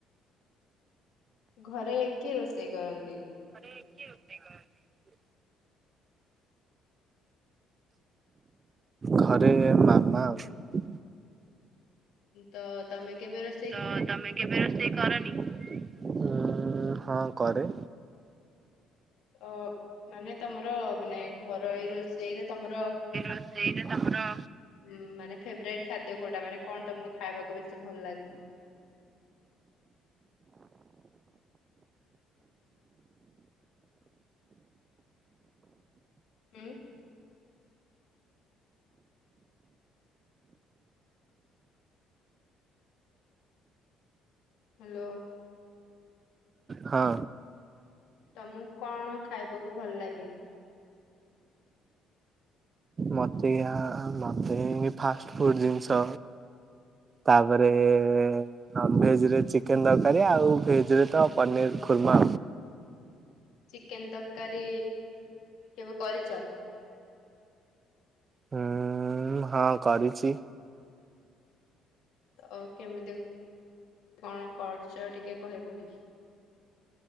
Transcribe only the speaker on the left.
ଘରେ କିଏ ରୋଷେଇ କରନ୍ତି?
ତ ତମେ କେବେ ରୋ
ତ ମାନେ ତମର ମାନେ ଘର ଏଇ ରୋଷେଇରେ ତମର
ମ ମାନେ ଫେବରାଇଟ ଖାଦ୍ୟ କୋଉଁଟା। ମାନେ କଣ ତମକୁ ଖାଇବାକୁ ବେଶୀ ଭଲ ଲାଗେ? ହୁଁ। ହ୍ୟାଲୋ।
ତମକୁ କଣ ଖାଇବାକୁ ଭଲ ଲାଗେ?
ଚିକେନ ତରକାରୀ କେବେ କରିଛ?
ତ କେମିତି କଣ କରିଛ ଟିକେ କହିବ କି?